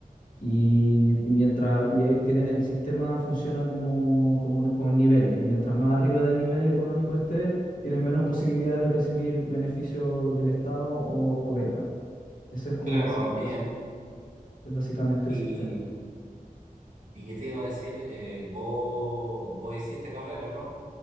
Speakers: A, on the left (about 65°); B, on the right (about 55°).
A: Y, y mientras y ahí tiene, el sistema funciona como, como con niveles, y mientras más arriba del nivel económico esté, tienes menos posibilidades de recibir beneficios del Estado o, o beca. Ese es como
B: Claro,
A: basi-
B: también.
A: bas- es básicamente
B: ¿Y,
A: el sistema.
B: y qué te iba a decir? Eh, vos, vos hiciste carrera, ¿no?